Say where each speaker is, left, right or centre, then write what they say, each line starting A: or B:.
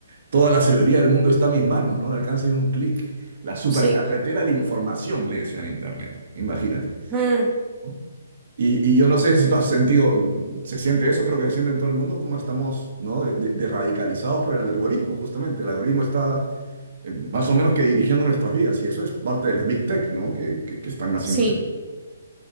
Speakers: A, on the right; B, on the right.
A: toda la sabiduría del mundo está en mis manos, ¿no? Al alcance de un clic. La supercarretera
B: sí,
A: de la información, le decían en Internet, imagínate.
B: mm,
A: ¿no? Y, y yo no sé si tú has sentido, se siente eso, creo que se siente en todo el mundo, como estamos, ¿no? De, de- de radicalizados por el algoritmo, justamente. El algoritmo está eh, más o menos que dirigiendo nuestras vidas, y eso es parte de las Big Tech, ¿no? Que, que- que están haciendo.
B: sí,